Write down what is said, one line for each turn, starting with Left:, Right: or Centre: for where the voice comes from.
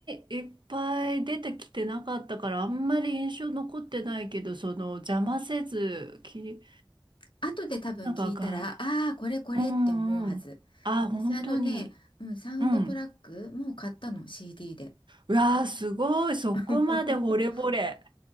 Right: いっぱい出てきてなかったから、あんまり印象残ってないけど、その、邪魔せず、き、
Left: 後で多分聞いたら、
Right: なんかが、
Left: ああ、これこれって思うはず。
Right: うんうん。ああ、本当に。
Left: 私、あのね、うん、サウンドトラック、
Right: うん。
Left: もう買ったの、CD で。
Right: うわあ、すごい。そこまで惚れ惚れ。
Left: <laughs>